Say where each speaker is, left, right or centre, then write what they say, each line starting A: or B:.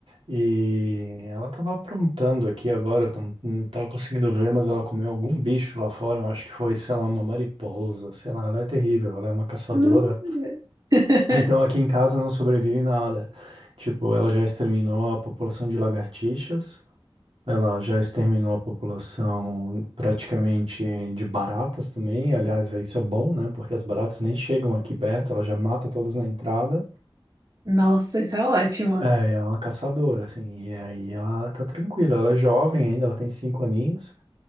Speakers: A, on the right; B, on the right.
A: e ela tava aprontando aqui agora, eu tam- não tava conseguindo ver, mas ela comeu algum bicho lá fora, eu acho que foi, sei lá, uma mariposa, sei lá, ela é terrível, ela é uma caçadora.
B: Hum, <laughs>
A: Então aqui em casa não sobrevive nada. Tipo, ela já exterminou a população de lagartixas, ela já exterminou a população praticamente de baratas também, aliás, isso é bom, né, porque as baratas nem chegam aqui perto, ela já mata todas na entrada.
B: Nossa, isso é ótimo.
A: É, ela é uma caçadora, assim, e aí ela tá tranquila, ela é jovem ainda, ela tem cinco aninhos,